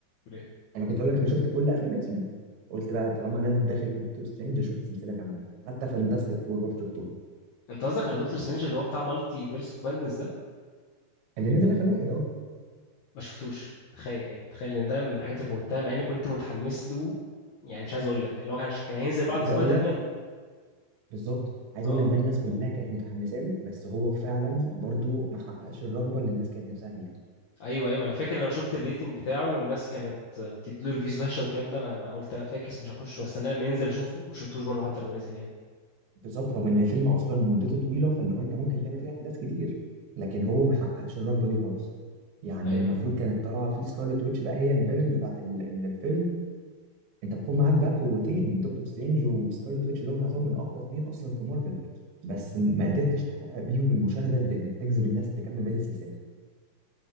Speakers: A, on the left; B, on the right.
A: قول إيه؟
B: انا كنت اقول لك انا شفت كل افلام اكس مان قلت بقى طالما نازل داخل في دكتور سترينج اشوف السلسله كامله حتى فانتاستيك فور رحت شفتهم
A: انت قصدك على دكتور سترينج اللي هو بتاع مالتي فيرس اوف مادنس ده
B: اللي نزل اخر واحد اه
A: ما شفتوش تخيل يعني تخيل ان ده من الحاجات اللي فوتها مع اني كنت متحمس له يعني مش عايز اقول لك اللي هو كان عشان كان هينزل بعد
B: عايز
A: سبايدر
B: اقول لك
A: مان
B: بالظبط عايز
A: اه
B: اقول لك ده الناس كلها كانت متحمسه له بس هو فعلا برضو ما حققش الرغبه اللي الناس كانت نفسها فيها
A: ايوه ايوه ما انا فاكر انا شفت الريتنج بتاعه والناس كانت بتديله ريفيوز وحشه والكلام ده انا ما قلت لا فاكس مش هخش واستناه لما ينزل اشوفه ما شفتوش برضه حتى لما نزل يعني
B: بالظبط رغم ان الفيلم اصلا مدته طويله فاللي هو انت ممكن تعمل فيها احداث كتير لكن هو ما حققش الرهبه دي خالص يعني
A: ايوه
B: المفروض كانت طالعه في سكارلت ويتش بقى هي الفيلن بتاعت ال- ال- الفيلم انت المفروض معاك بقى قوتين دكتور سترينج وسكارلت ويتش اللي هم يعتبروا من اقوى اتنين اصلا في مارفل بس ما قدرتش تحقق بيهم المشاهده اللي اللي تجذب الناس تكمل بقيه السلسله